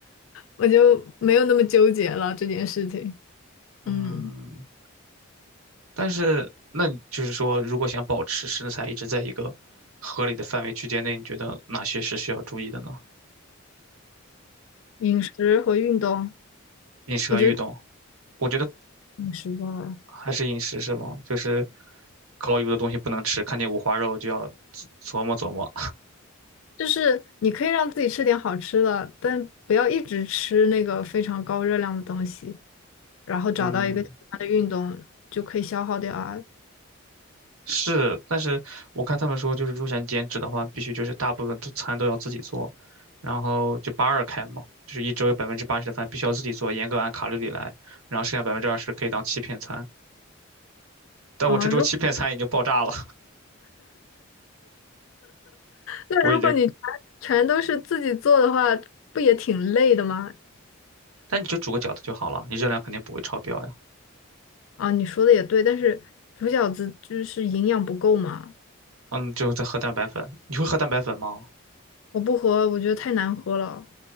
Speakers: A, on the left; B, on the right.
A: 我就没有那么纠结了这件事情。
B: 嗯。
A: 嗯，
B: 但是那你就是说，如果想保持身材一直在一个合理的范围区间内，你觉得哪些是需要注意的呢？
A: 饮食和运动，
B: 饮食和运动，
A: 我觉得
B: 我觉得
A: 饮食吧。
B: 还是饮食是吗？就是高油的东西不能吃，看见五花肉就要琢琢磨琢磨。
A: 就是你可以让自己吃点好吃的，但不要一直吃那个非常高热量的东西，然后找到一个喜欢的运动就可以消耗掉啊
B: 嗯，是，但是我看他们说，就是如果想减脂的话，必须就是大部分都餐都要自己做，然后就八二开嘛，就是一周有百分之八十的饭必须要自己做，严格按卡路里来，然后剩下百分之二十可以当欺骗餐。但我这周欺骗餐已经爆炸了。
A: 啊！如那如果你全全都是自己做的话，
B: 我已经，
A: 不也挺累的吗？
B: 那你就煮个饺子就好了，你热量肯定不会超标呀。
A: 啊，你说的也对，但是煮饺子就是营养不够嘛，
B: 嗯，就后再喝蛋白粉，你会喝蛋白粉吗？
A: 我不喝，我觉得太难喝了。